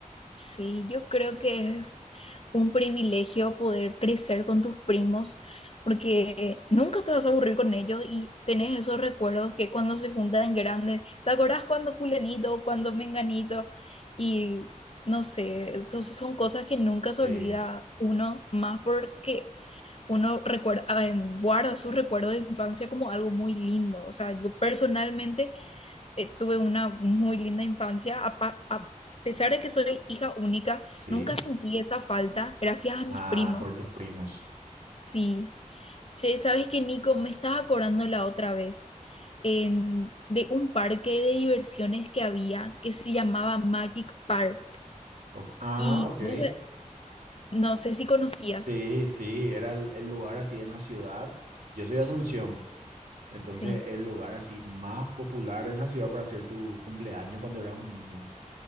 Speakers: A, on the left; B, on the right.
A: sí, yo creo que es un privilegio poder crecer con tus primos porque nunca te vas a aburrir con ellos y tenés esos recuerdos que cuando se juntan grandes, ¿te acordás cuando fulanito, cuando menganito? Y no sé, son, son cosas que nunca
B: Sí,
A: se olvida uno, más porque uno recuerda, eh, guarda sus recuerdos de infancia como algo muy lindo. O sea, yo personalmente eh, tuve una muy linda infancia. A, pa- a pesar de que soy hija única,
B: sí.
A: nunca sentí esa falta gracias a
B: Ah,
A: mis primos.
B: por tus primos.
A: Sí. Che, ¿sabes que Nico? Me estaba acordando la otra vez en- de un parque de diversiones que había que se llamaba Magic Park.
B: Ok. Ah,
A: Y
B: ok.
A: no sé, no sé si conocías.
B: Sí, sí, era el, el lugar así en la ciudad. Yo soy de Asunción, Entonces,
A: Sí.
B: el lugar así más popular en la ciudad para hacer tu cumpleaños cuando eras un niño.